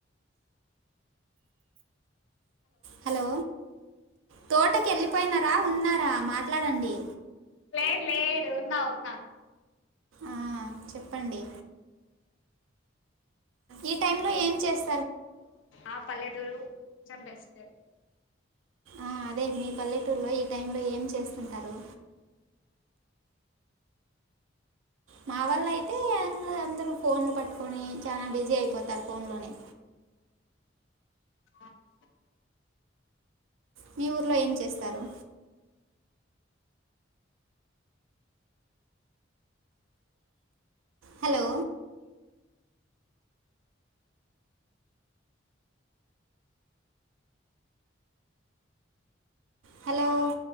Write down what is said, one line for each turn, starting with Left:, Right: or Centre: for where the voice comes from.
Right: హలో తోటకి ఎళ్ళిపోయినారా ఉన్నారా మాట్లాడండి
Left: లేదు లేదు ఉన్నా ఉన్నా
Right: ఆ చెప్పండి ఈ టైమ్ లో ఏం చేస్
Left: ఆ పల్లెటూరు కొంచం డస్ట్
Right: ఆ అదే మీ పల్లెటూర్లో ఈ టైంలో ఏం చేస్తుంటారు మావాలైతే ఎంలే అందరూ ఫోన్లు పట్టుకొని చాన బిజీ అయిపోతారు ఫోన్లోనే
Left: <inaudible>
Right: మీ ఊర్లో ఏం చేస్తారు హలో హలో